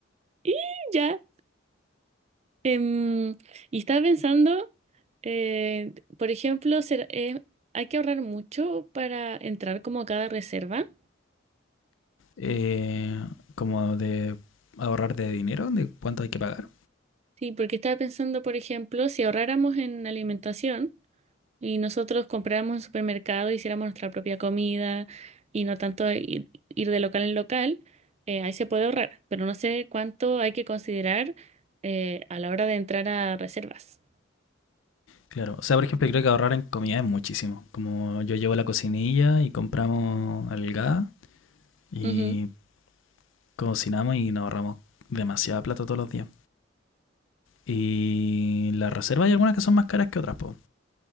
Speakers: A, on the right; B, on the left.
A: y ya. em, y estaba pensando, eh, por ejemplo, ser- eh, hay que ahorrar mucho para entrar como a cada reserva.
B: Eh, como de ahorrar de dinero, de cuánto hay que pagar.
A: Sí, porque estaba pensando, por ejemplo, si ahorráramos en alimentación. Y nosotros compráramos en supermercado, hiciéramos nuestra propia comida y no tanto ir, ir de local en local, eh, ahí se puede ahorrar, pero no sé cuánto hay que considerar eh, a la hora de entrar a reservas.
B: Claro, o sea, por ejemplo, creo que ahorrar en comida es muchísimo. Como yo llevo la cocinilla y compramos el gas y
A: Ujú.
B: cocinamos y nos ahorramos demasiada plata todos los días. Y las reservas hay algunas que son más caras que otras, po.